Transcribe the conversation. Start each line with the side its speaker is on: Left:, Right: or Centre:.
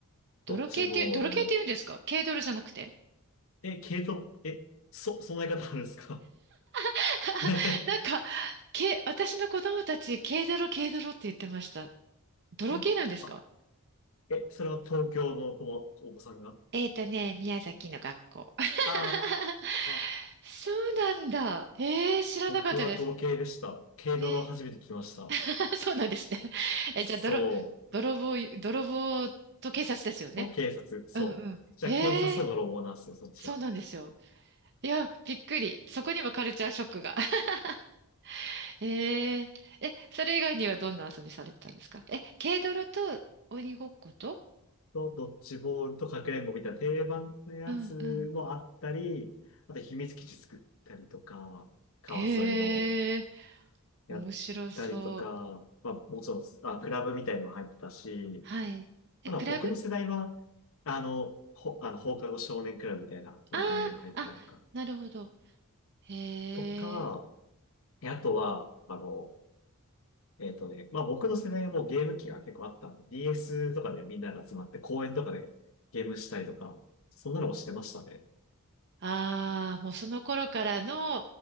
Right: 泥系っていう、
Left: ドッジボール。
Right: 泥系って言うんですか軽泥じゃなくて。
Left: え、軽度、え、そ、そんな言い方あるんですか
Right: <laughs>
Left: <laughs>
Right: なんか、け、私の子供たち、軽泥、軽泥って言ってました。泥系なんですか
Left: え、あ、え、それは東京のお子お子さんが
Right: えーとね、宮崎の学校。<laughs>
Left: ああー、
Right: そうなんだ。えー、知らなかったです。
Left: 僕は泥系でした。軽泥を初めて来ました。
Right: えー、<laughs> そうなんですね。え、
Left: そう。
Right: じゃあ、泥、泥棒、泥棒と警察ですよね。
Left: と警察、そう。
Right: うんうん。
Left: じゃあ警察と泥棒なんですよ、
Right: えー、
Left: そっちは。
Right: そうなんですよ。いや、びっくり。そこにもカルチャーショックが。<laughs> えええ、それ以外にはどんな遊びされてたんですかえ、軽泥と鬼ごっこと、
Left: と、ドッジボールとかくれんぼみたいな定番のやつもあったり、
Right: うんうん。
Left: あと秘密基地作ったりとか、川沿いの
Right: ええ面白そう。
Left: やったりとか、まあもちろん、あ、クラブみたいのも入ってたし、
Right: はい。え、
Left: ただ僕の世代は、
Right: クラブ
Left: あの、ほ、あの、放課後少年クラブみたいな、そんな感じの入ってたりとか、
Right: ああー、あ、なるほど。へえ
Left: とか、えあとは、あの、えっとね、まあ僕の世代はもうゲーム機が結構あったの。DS とかでみんなが集まって公園とかでゲームしたりとか、そんなのもしてましたね。
Right: ああー、もうその頃からの、